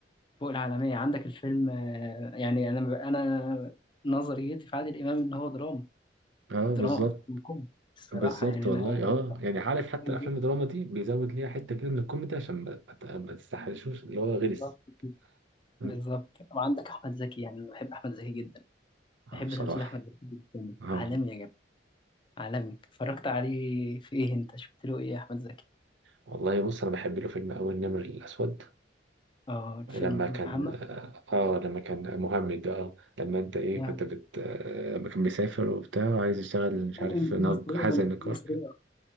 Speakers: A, on the left (about 25°); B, on the right (about 80°).
A: فوق العالميه عندك الفيلم آه، يعني انا انا نظريتي في عادل امام ان هو دراما
B: اه
A: دراما
B: بالظبط
A: اكتر من كوميدي الصراحه
B: بالظبط
A: يعني
B: والله
A: انا
B: اه يعني عارف حتى
A: بحبه
B: الافلام
A: جدا
B: الدراما دي بيزود ليها حته كده من الكوميدي عشان ما, ما ت- ما تستحرشوش اللي هو غلس
A: بالظبط كده.
B: م.
A: بالظبط وعندك احمد زكي يعني أنا بحب احمد زكي جدا بحب
B: اه بصراحه
A: تمثيل احمد زكي جدا
B: اه
A: عالمي يا عالمي اتفرجت عليه في ايه انت شفت له ايه يا احمد زكي
B: والله بص انا بحب له فيلم اول النمر الاسود
A: اه الفيلم
B: لما كان
A: محمد
B: اه آه، لما كان مهمد ده اه لما انت ايه
A: أنا
B: كنت بت آه، لما كان بيسافر وبتاع وعايز يشتغل مش عارف
A: بتكلم إن دي
B: نج
A: مصرية
B: حازم
A: ولا
B: نجار
A: دي مصرية
B: كان